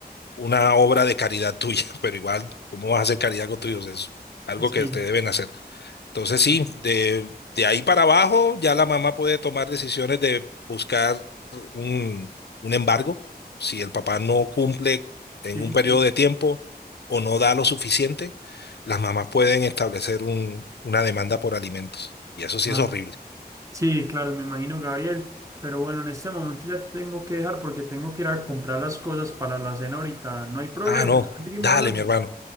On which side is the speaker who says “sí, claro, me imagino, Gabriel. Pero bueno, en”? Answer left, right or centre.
Right